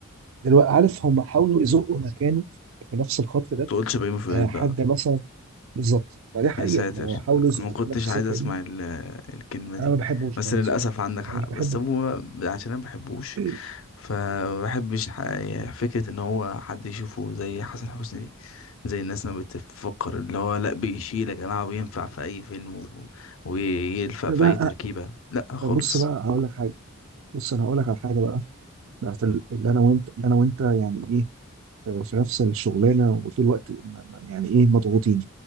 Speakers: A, on the right; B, on the left.
A: دلوقتي عارف هم حاولوا يزقوا مكانه في نفس الخط ده
B: تقولش بيومي فؤاد
A: آه، حد
B: بقى
A: مثلا بالظبط ما دي حقيقة
B: يا ساتر
A: ما هو حاولوا يزقوه
B: انا ما كنتش
A: في نفس السكة
B: عايز اسمع
A: دي
B: ال- الكلمة دي
A: أنا ما بحبوش
B: بس
A: بالمناسبة
B: للأسف
A: يعني
B: عندك حق
A: أنا مش بحبه
B: بس هو عشان انا ما بحبوش
A: <clears throat>
B: فما بحبش ح- فكرة ان هو حد يشوفه زي حسن حسني دي زي الناس ما بتفكر اللي هو لا بيشيل يا جماعة وينفع في اي فيلم و- ويلفق
A: بقى
B: في اي تركيبة لا خالص
A: بص بقى هقول لك حاجة بص أنا هقول لك على حاجة بقى بتاعت ال- اللي أنا وأنت اللي أنا وأنت يعني إيه في نفس الشغلانه وطول الوقت ما- ما- يعني ايه مضغوطين